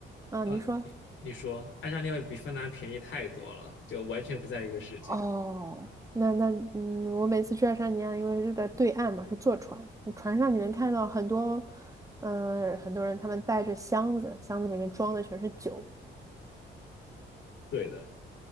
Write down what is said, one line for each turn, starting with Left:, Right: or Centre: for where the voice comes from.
Right: 啊，
Left: 呃，
Right: 您说。
Left: 你你说爱沙尼亚比芬兰便宜太多了，就完全不在一个世界。
Right: 哦，那那嗯，我每次去爱沙尼亚，因为是在对岸嘛，是坐船，船上你能看到很多，嗯、很多人他们带着箱子，箱子里面装的全是酒。
Left: 对的。